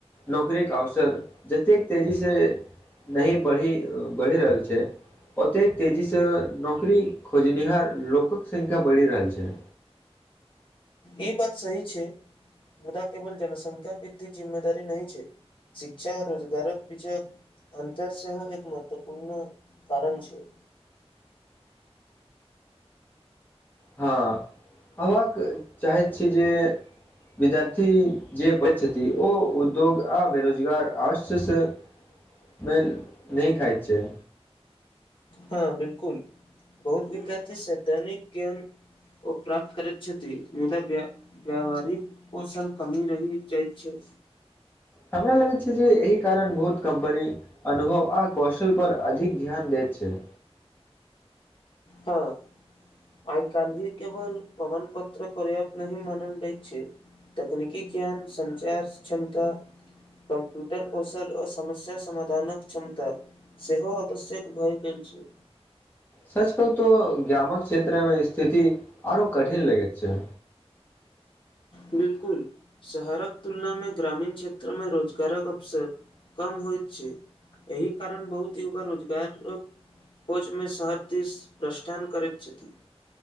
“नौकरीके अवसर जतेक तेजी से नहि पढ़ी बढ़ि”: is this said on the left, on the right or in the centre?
Left